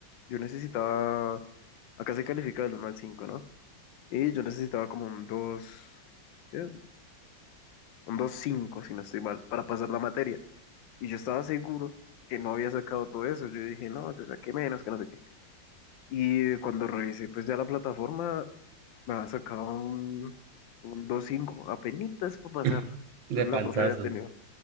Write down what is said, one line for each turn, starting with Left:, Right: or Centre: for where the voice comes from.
Left: yo necesitaba, acá se califica del 1 al 5, ¿no? Y yo necesitaba como un dos, qué un dos cinco si no estoy mal, para pasar la materia. Y yo estaba seguro que no había sacado todo eso. Yo dije, no, yo saqué menos, que no sé qué. Y cuando revisé, pues ya la plataforma me había sacado un, un dos cinco apenitas para pasar.
Right: <laughs>
Left: Entonces
Right: De panzazo.
Left: la profe había tenido,